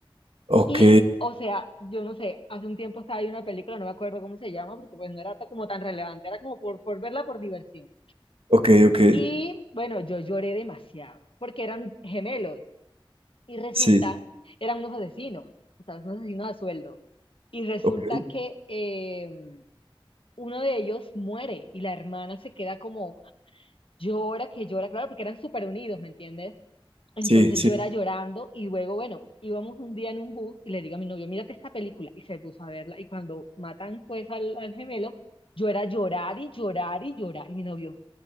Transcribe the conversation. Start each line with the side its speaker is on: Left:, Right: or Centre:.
Right: Ok,
Left: Y, o sea, yo no sé, hace un tiempo estaba viendo una película, no me acuerdo cómo se llama, porque pues no era ta- como tan relevante, era como por, por verla por diversión.
Right: ok, ok.
Left: Y bueno, yo lloré demasiado, porque eran gemelos y resulta,
Right: Sí,
Left: eran unos asesinos, o sea, unos asesinos a sueldo. Y resulta
Right: ok,
Left: que eh, uno de ellos muere y la hermana se queda como llora, que llora, claro, porque eran súper unidos, ¿me entiendes? Entonces
Right: sí, sí.
Left: yo era llorando y luego, bueno, íbamos un día en un bus y le digo a mi novio, mírate esta película y se puso a verla y cuando matan pues al, al gemelo, yo era llorar y llorar y llorar y mi novio,